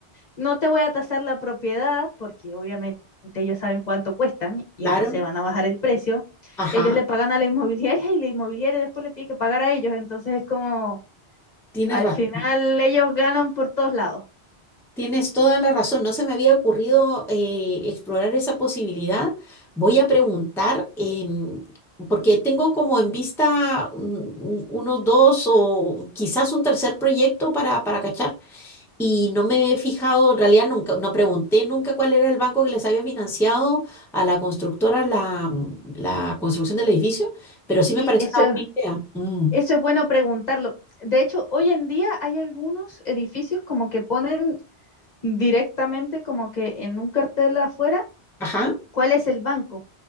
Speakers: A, on the left; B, in the centre.
A: no te voy a tasar la propiedad, porque obviamente ellos saben cuánto cuestan y
B: claro.
A: no se van a bajar el precio.
B: Ajá.
A: Ellos le pagan a la inmobiliaria y la inmobiliaria después le tiene que pagar a ellos. Entonces es como,
B: Tienes
A: al
B: razón.
A: final ellos ganan por todos lados.
B: Tienes toda la razón, no se me había ocurrido eh, explorar esa posibilidad. Voy a preguntar, em, porque tengo como en vista mm, unos dos o quizás un tercer proyecto para, para cachar y no me he fijado, en realidad nunca, no pregunté nunca cuál era el banco que les había financiado a la constructora la, mm, la construcción del edificio, pero sí
A: Sí,
B: me parece
A: eso
B: una
A: es
B: buena idea. Mm,
A: Eso es bueno preguntarlo. De hecho, hoy en día hay algunos edificios como que ponen directamente como que en un cartel afuera
B: Ajá,
A: cuál es el banco,